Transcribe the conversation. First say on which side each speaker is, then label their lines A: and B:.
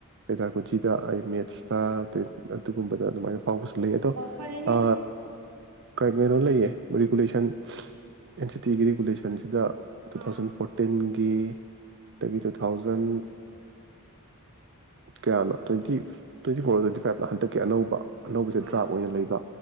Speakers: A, on the right; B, on the right.
A: ꯄꯦꯗꯥꯒꯣꯆꯤꯗ ꯑꯩ ꯃꯦꯠꯁꯇ ꯑꯗꯨꯒꯨꯝꯕꯗ ꯑꯗꯨꯃꯥꯏꯅ ꯐꯥꯎꯒꯁ ꯂꯩꯗꯣ
B: ꯑꯣ ꯐꯔꯦꯅꯦ
A: ꯑ ꯀꯩꯅꯣ ꯂꯩꯌꯦ ꯔꯤꯒꯨꯂꯦꯁꯟ ꯑꯦꯟ ꯁꯤ ꯇꯤꯒꯤ ꯔꯤꯒꯨꯂꯦꯁꯟꯁꯤꯗ ꯇꯨ
B: ꯑꯥ
A: ꯊꯥꯎꯖꯟ ꯐꯣꯔꯇꯤꯟ ꯒꯤ ꯑꯗꯒꯤ ꯇꯨ ꯊꯥꯎꯖꯟ ꯀꯌꯥꯅꯣ twenty twenty four twenty five ꯍꯟꯗꯛꯀꯤ ꯑꯅꯧꯕ ꯑꯅꯧꯕꯁꯦ
B: ꯑꯥ
A: ꯗ꯭ꯔꯥꯞ ꯑꯣꯏꯅ ꯂꯩꯕ